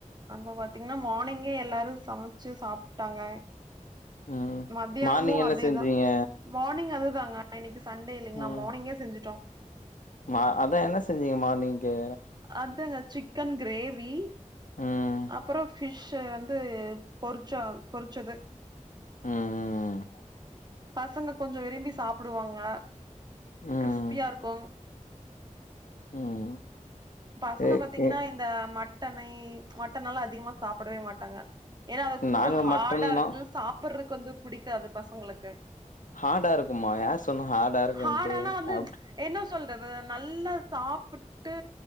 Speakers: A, on the right; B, on the left.
A: அம்ம பாத்தீங்ன்னா மானிங்கே எல்லாரு சமச்சு சாப்ட்டாங்க
B: ம்
A: மத்தியானமு
B: மார்னிங் என்ன
A: அதேதா
B: செஞ்சீங்க
A: மானிங் அதுதாங்க இன்னைக்கு சண்டே இல்லைங்ளா
B: ம்
A: மானிங்கே செஞ்சுட்டோ
B: மா அதா என்ன செஞ்சீங்க மார்னிங்க்கு
A: அதாங்க சிக்கன் கிரேவி
B: ம்
A: அப்புறோ ஃபிஷு வந்து பொறிச்சா பொறிச்சது
B: ம் ம்
A: பசங்க கொஞ்சோ விரும்பி சாப்டுவாங்க
B: ம்
A: கிறிஸ்பியா இருக்கு
B: ம்
A: பசங்க
B: ஏ
A: பாத்தீங்கினா
B: ஏ
A: இந்த மட்டனை மட்டனெல்லா அதிகமா சாப்படவே மாட்டாங்க ஏனா அது
B: நாங்க
A: கொஞ்சோ ஹாடா
B: மட்டன்
A: இருக்கு
B: தா
A: சாப்புருக் கொஞ்சோ புடிக்காது பசங்குளுக்கு
B: ஹாடா இருக்குமா யார் சொன்னா ஹாடா இருக்குன்ட்டு
A: ஹார்டானா வந்து
B: அப்
A: என்ன சொல்றது நல்லா சாப்புட்டு